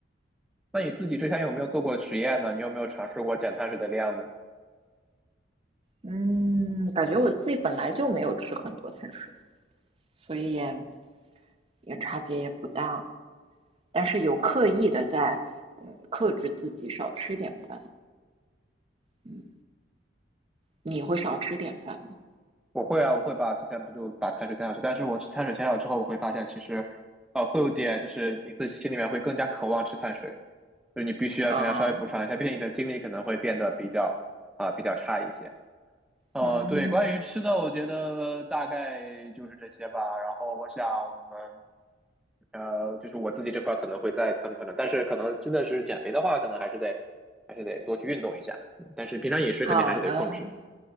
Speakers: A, in the centre; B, on the right (about 30°).
A: 那你自己之前有没有做过实验呢？你有没有尝试过减碳水的量呢？
B: 嗯，感觉我自己本来就没有吃很多碳水，所以也也差别也不大。但是有刻意的在，嗯，克制自己少吃点饭。嗯，你会少吃点饭吗？
A: 我会啊，我会把之前不就把碳水减少去，但是我吃碳水减少之后，我会发现其实，呃，会有点就是你自己心里面会更加渴望吃碳水，就是你必须要肯定要稍微补偿一下，
B: 啊，
A: 毕竟你的精力可能会变得比较啊、比较差一些。呃，
B: 嗯，
A: 对，关于吃的，我觉得大概就是这些吧。然后我想我们呃，就是我自己这块可能会再调整调整，但是可能真的是减肥的话，可能还是得还是得多去运动一下，嗯但是平常饮食肯定还是得控制。
B: 好呢，